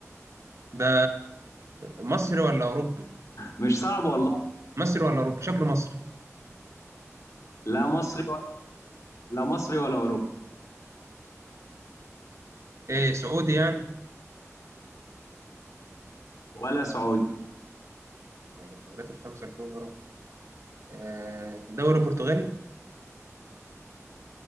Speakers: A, on the right; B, on the left.
A: ده مصري ولا أوروبي؟
B: مش صعب والله
A: مصري ولا أوروبي؟ شكله مصري
B: لا مصري ولا لا مصري ولا اوروبي
A: إيه سعودي يعني؟
B: ولا سعودي
A: ولا الدوريات الخمسة الكبرى آه، دوري برتغالي؟